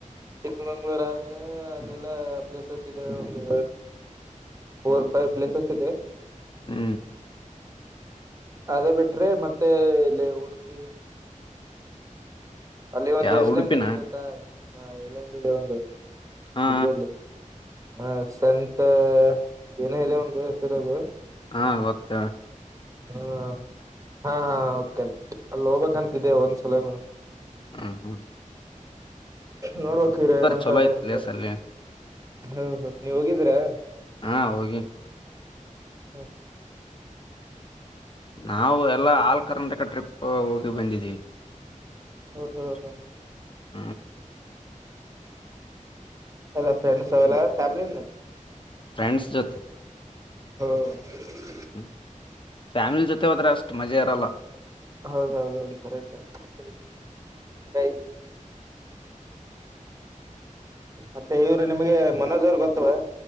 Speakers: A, on the right; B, on the left.
A: ಚಿಕ್ಕಮಂಗ್ಳೂರ್, ಆದ್ರೆ ಅಲ್ಲೆಲ್ಲಾ! ಪ್ಲೇಸಸ್ ಇದೆ ಒಂದು, ಫೋರ್. <unintelligible> ಫೈವ್, ಪ್ಲಸಸ್, ಇದೆ. <unintelligible>
B: ಹ್ಮ್
A: ಅದೇ, ಬಿಟ್ರೆ ಮತ್ತೆ, ಇಲ್ಲಿ ಉಡುಪಿ. <inaudible> ಅಲ್ಲಿ, ಒಂದು
B: ಯಾವ
A: ಇಸ್ಲೆಂಡ್
B: ಉಡುಪಿನ
A: ಇದೆ ಗೊತ್ತಾ? ಹ ಯಲ್ಲಂಡಿ, ಇದೆ ಒಂದು
B: ಹಾ
A: ಉಡುಪಿಯಲ್ಲಿ. <inaudible> ಹ, ಸೆಂಟು, ಏನೋ, ಇದೆ ಒಂದು ಹೆಸರದು? <unintelligible>
B: ಹಾ, ಗೊತ್ತು. <inaudible>
A: ಹ್ಮ, ಹಾ, ಹೌ ಕಾರ್ಟ್, ಅಲ್ಲಿ ಹೋಗ್ಕ್ಂತಿದ್ದೆ ಒಂದ್ಸಲನು. <unintelligible>
B: ಹು, ಹು. <inaudible>
A: ನೋಡ್ಬೇಕು, ಇರು, ಏನಂತವ್ರೆ
B: ಚಲೋ ಐತ್
A: ಅಂತ?
B: ಪ್ಲೇಸ್ ಅಲ್ಲಿ
A: <inaudible> ಓಹೋ, ನೀವು, ಹೋಗಿದಿರ? <inaudible>
B: ಹಾ ಹೋಗಿ
A: ಹು, ಹ. <inaudible>
B: ನಾವು, ಎಲ್ಲಾ, ಹಲ್, ಕರ್ನಾಟಕ ಟ್ರಿಪ್. <inaudible> ಒಹ್,, ಹೋಗಿ ಬಂದಿದ್ದೀ.
A: ಹ್ಮ್
B: <inaudible>
A: ಹ್ಮ್ ಅಲ್ಲ ಫ್ರೆಂಡ್ಸ್ ಅವರ ಫ್ಯಾಮಿಲಿನಾ. <inaudible>
B: ಫ್ರೆಂಡ್ಸ್, ಜೊತೆ. <inaudible>
A: ಒಹ್. <unintelligible>
B: ಹ್ಮ್ ಫ್ಯಾಮಿಲಿ ಜೊತೆ ಹೋದ್ರೆ! ಅಷ್ಟ್ ಮಜ ಇರಲ್ಲ. <inaudible>
A: ಹೌದೌದೌದು, ಕರೆಕ್ಟ್ಸ್, ಗೈಸ್.. <unintelligible> ಮತ್ತೆ, ಇವರು ನಿಮ್ಗೆ ಮನೋಜ್ ಅವರು ಗೊತ್ತ?